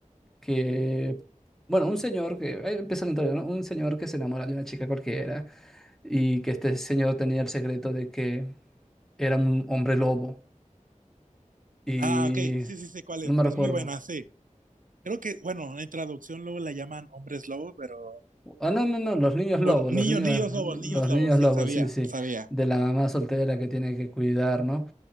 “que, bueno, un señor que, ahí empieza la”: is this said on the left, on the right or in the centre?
Centre